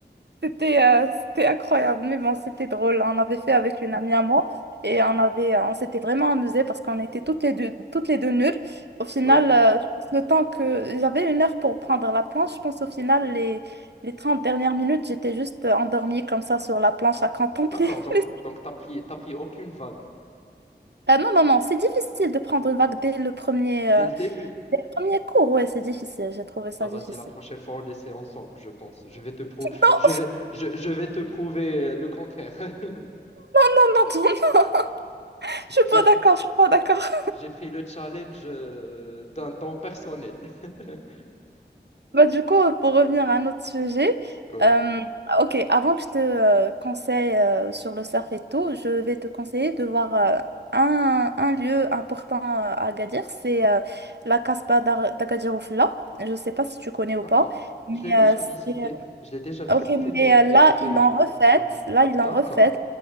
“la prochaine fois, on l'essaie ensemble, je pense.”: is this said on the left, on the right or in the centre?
Left